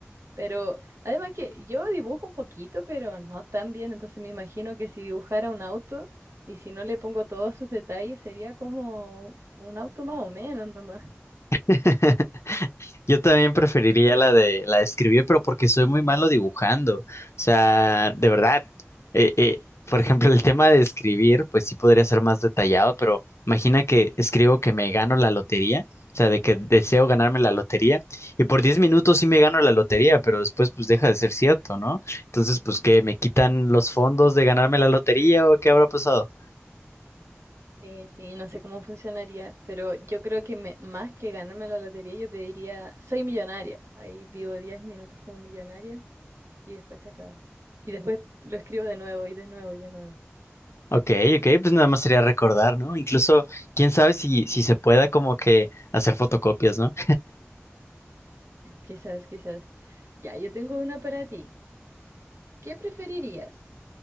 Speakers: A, on the right; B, on the left.
A: Pero además que yo dibujo un poquito, pero no tan bien, entonces me imagino que si dibujara un auto y si no le pongo todos sus detalles, sería como un auto más o menos nomás.
B: <laughs> Yo también preferiría
A: Ujú.
B: la de la de escribir, pero porque soy muy malo dibujando. O sea, de verdad. eh, eh, por ejemplo, el tema de escribir, pues sí podría ser más detallado, pero imagina que escribo que me gano la lotería, o sea, de que deseo ganarme la lotería, y por 10 minutos sí me gano la lotería, pero después pues deja de ser cierto, ¿no? Entonces, pues que me quitan los fondos de ganarme la lotería o qué habrá pasado.
A: Sí, sí, no sé cómo funcionaría, pero yo creo que me- más que ganarme la lotería, yo pediría, soy millonaria. Ahí vivo 10 minutos como millonaria y después se acaba. Y después lo escribo de nuevo y de nuevo y de nuevo.
B: Ok, ok, pues nada más sería recordar, ¿no? Incluso, quién sabe si,
A: Ujú.
B: si se pueda como que hacer fotocopias, ¿no?
A: Quizás, quizás. Ya, yo tengo una para ti. ¿Qué preferirías?